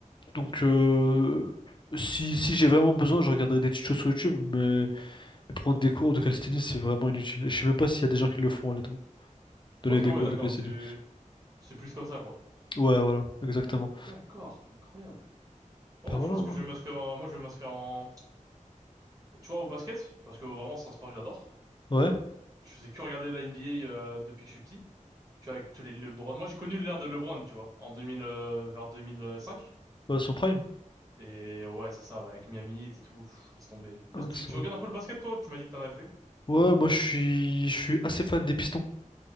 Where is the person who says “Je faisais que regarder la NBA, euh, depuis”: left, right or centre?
Right